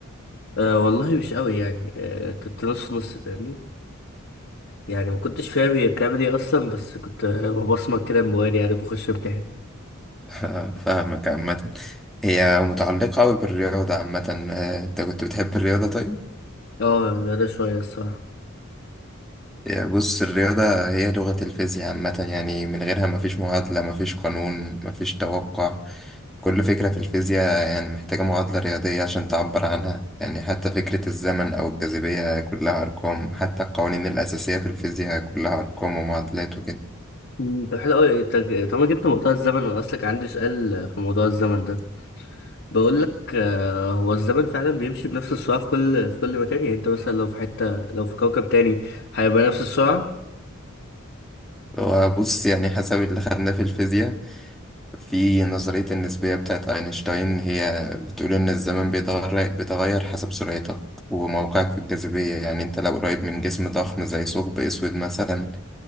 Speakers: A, on the left; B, in the centre.
A: أه والله مش قوي يعني أه كنت نص نص فاهمني يعني ما كنتش فاهم هي بتعمل ايه اصلا بس كنت آه، ببصمك كده موالي يعني بخش امتحان
B: <laughs> فاهمك عامة هي متعلقة أوي بالرياضة عامة آه، انت كنت بتحب الرياضة طيب
A: اه لا ده شويه الصراحه
B: يا بص الرياضة هي لغة الفيزياء عامة يعني من غيرها مفيش معادلة مفيش قانون مفيش توقع كل فكرة في الفيزياء يعني محتاجة معادلة رياضية عشان تعبر عنها يعني حتى فكرة الزمن أو الجاذبية كلها أرقام حتى القوانين الأساسية في الفيزياء كلها أرقام ومعادلات وكده
A: مم، طب حلو قوي انت طب ما جبت موضوع الزمن انا اصلك عندي سؤال آه، في موضوع الزمن ده بقول لك آه، هو الزمن فعلا بيمشي بنفس السرعة في كل في كل مكان يعني انت مثلا لو في حتة لو في كوكب تاني هيبقى نفس السرعة
B: وبص يعني حسب اللي خدناه في الفيزياء في نظرية النسبية بتاعت أينشتاين هي بتقول إن الزمن بيتغير بيتغير حسب سرعتك وموقعك في الجاذبية يعني أنت لو قريب من جسم ضخم زي ثقب أسود مثلا